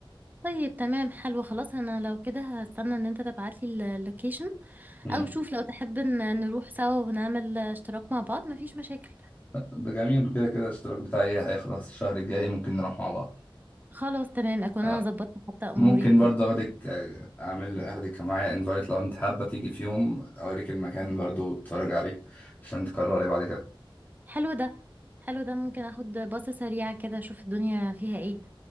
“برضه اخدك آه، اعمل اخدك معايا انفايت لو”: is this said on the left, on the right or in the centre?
Left